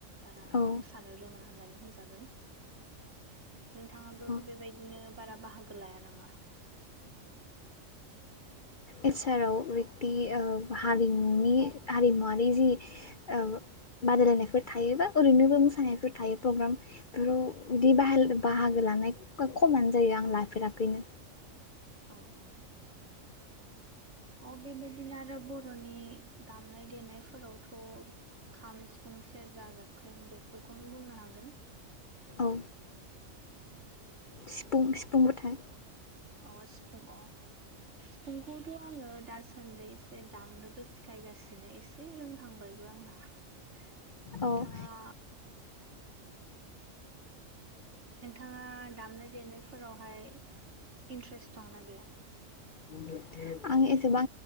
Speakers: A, on the right; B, on the left.
A: बारा
B: औ
A: मोसानो रोङा होननानै होनजागोन नोंथांङाबो
B: औ
A: बेबायदिनो बारा बाहागो लाया नामा
B: एचाराव बिदि ओ हारिमुनि हारिमुवारि जि बादायलायनायफोर थायो बा ओरैनोबो मोसानायफोर थायो प्रग्राम बेयाव बिदि बाहाय बाहागो लानाय खमानो जायो आं लाफेराखैनो
A: औ औ अ बेबायदिनो आरो बर'नि दामनाय देनायफोरावथ' खाम सिफुं सेरजा जाबख्रिं बेफोरखौनो बुंनो हागोन
B: औ सिफुं सिफुंबोथाय
A: अ सिफुं अ सिफुंखौथ' आंङो दासान्दि एसे दामनोबो सिखायगासिनो एसे एसे रोंहांबायबो आंहा नोंथांङा
B: औ
A: नोंथांङा दामनाय देनायफोरावहाय इन्ट्रेस्ट दंना गैया
B: <unintelligible> आं एसेबां